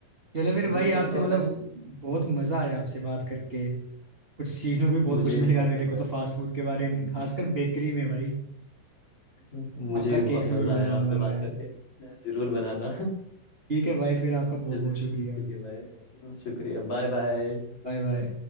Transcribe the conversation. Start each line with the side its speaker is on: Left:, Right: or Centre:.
Right: चलो फिर
Left: बुक
Right: भाई आपसे
Left: ऐसा होता
Right: मतलब
Left: है ना हम्म,
Right: बहुत मजा आया आपसे बात करके कुछ सीखने को भी बहुत
Left: मुझे
Right: कुछ मिलेगा
Left: भी बहुत
Right: मेरे
Left: मजा
Right: को तो
Left: आया
Right: फास्ट फूड के बारे
Left: हम्म,
Right: में खासकर बेकरी में भाई
Left: <laughs> मुझे
Right: आपका
Left: भी बहुत
Right: केक
Left: मजा
Right: जरूर
Left: आया
Right: बनाऊंगा
Left: आपसे बात
Right: मैं
Left: करके जरूर बनाना
Right: ठीक है भाई फिर आपका बहुत
Left: चलो
Right: बहुत शुक्रिया
Left: ठीक है भाई शुक्रिया Bye bye
Right: Bye bye